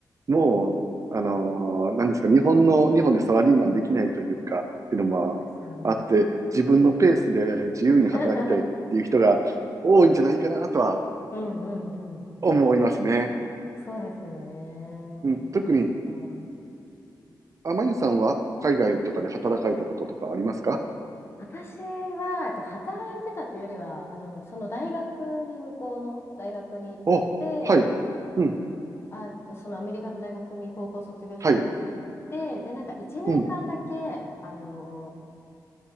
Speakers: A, on the right; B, on the left.
A: もう、あのーなんですか、日本の、日本でサラリーマンできないというか、っていうのもあって、
B: そうですよね。
A: 自分のペースで自由に働きたいっていう人が多いんじゃないかなとは
B: <laughs> うんうんうん
A: 思いますね。
B: そうですよね。
A: うん、特に、
B: そっか。
A: あまゆさんは海外とかで働かれたこととかありますか
B: 私は、えっと、働いてたというよりは、あの、その大学に向こうの大学に行ってて、
A: お、はい、うん、
B: あと、そのアメリカの大学に高校卒業した後に行って、
A: はい、
B: で、なんか1年間だけ、
A: うん、
B: あの、